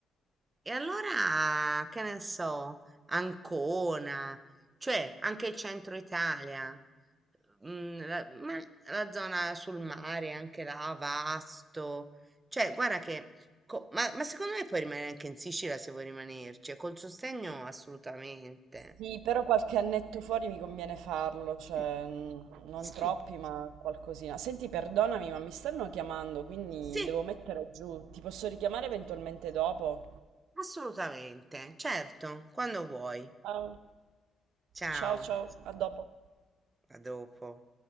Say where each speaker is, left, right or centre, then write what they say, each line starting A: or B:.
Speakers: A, on the right; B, on the right.
A: E allora, che ne so, Ancona, cioè anche il centro Italia, mm, la, ma la zona sul mare, anche là, Vasto, cioè guarda che, co- ma, ma secondo me puoi rimanere anche in Sicilia se vuoi rimanerci, e col sostegno assolutamente.
B: Sì, però qualche annetto fuori mi conviene farlo, cioè
A: Mm,
B: mh, non
A: Sì.
B: troppi, ma qualcosina. Senti, perdonami, ma mi stanno chiamando, quindi
A: Sì,
B: devo mettere giù. Ti posso richiamare eventualmente dopo?
A: assolutamente, certo, quando vuoi.
B: Ciao,
A: Ciao,
B: ciao, ciao, a dopo.
A: a dopo.